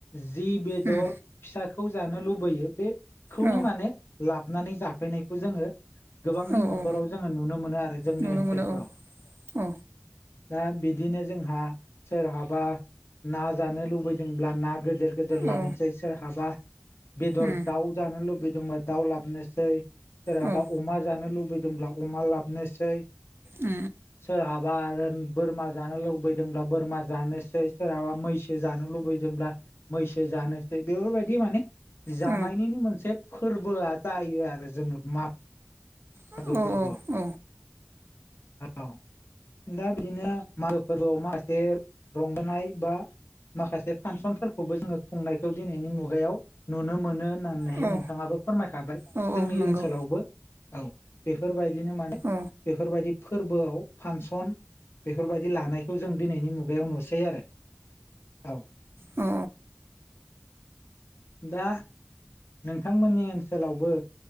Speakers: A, on the left (about 70°); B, on the right (about 65°).
A: जि बेदर
B: उम
A: फिसाखौ जानो लुबैयो बेखौनो
B: औ
A: माने लाबनानै जाफैनायखौ जोङो गोबांनि
B: औ
A: नखराव
B: औ
A: जोङो नुनो मोनो आरो जोंनि
B: नुनो
A: ओनसोलफोराव।
B: मोनो औ औ
A: दा बिदिनो जोंहा सोरहाबा ना जानो लुबैदोंब्ला ना गोदोर गोदोर लाबोनोसै
B: औ
A: सोरहाबा बेदर
B: उम
A: दाउ जानो लुबैदोंबा दाउ लाबनोसै। सोरहाबा
B: औ
A: अमा जानो लुबैदोंब्ला अमा लाबनोसै
B: उम
A: सोरहाबा आरो बोरमा जानो लुबैदोंब्ला बोरमा जानोसै सोरहाबा मैसो जानो लु बैदोंब्ला मैसो जानोसै बेफोरबायदि माने जानायनिनो
B: औ
A: मोनसे फोरबोआ जायो आरो जोङो माग <inaudible>
B: औ
A: मागो फोरबोआव
B: औ औ
A: औ दा बिदिनो मागो फोरबोआव माखासे रंजानाय बा माखासे फानसनफोरखौबो जोङो खुंनायखौ दिनैनि मुगायाव नुनो मोनो होननानै नै
B: औ
A: नोंथाङाबो फोरमायखाबाय
B: औ औ
A: जोंनि
B: नंगौ
A: ओनसोलावबो औ बेफोरबायदिनो माने
B: उम औ
A: बेफोरबायदि फोरबोआव फानसन बेफोरबायदि लानायखौ जों दिनैनि मुगायाव नुसै आरो औ।
B: औ
A: दा नोंथांमोननि ओनसोलावबो